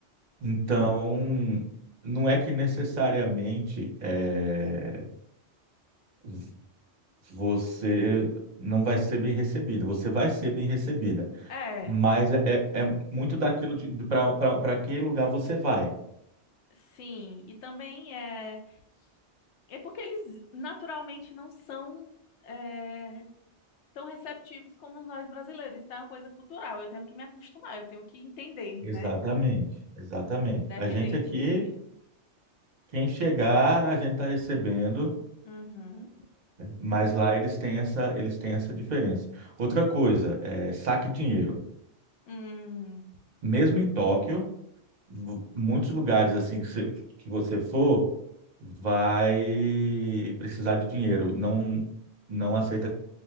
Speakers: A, on the right (about 40°); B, on the left (about 75°).
A: Então, não é que necessariamente é, v- você não vai ser bem recebido, você vai ser bem recebida,
B: É,
A: mas é, é- é muito daquilo de, para que lugar você vai.
B: sim, e também é, é porque eles naturalmente não são é, tão receptivos como nós brasileiros, então é uma coisa cultural, eu tenho que me acostumar, eu tenho que entender,
A: Exatamente,
B: né?
A: exatamente.
B: Uhum. Independente.
A: A gente aqui Quem chegar, a gente está recebendo,
B: Uhum.
A: mas lá eles têm essa, eles têm essa diferença. Outra coisa, é, saque dinheiro.
B: Hum,
A: Mesmo em Tóquio, v- muitos lugares assim que você, que você for, vai precisar de dinheiro. Não, não aceita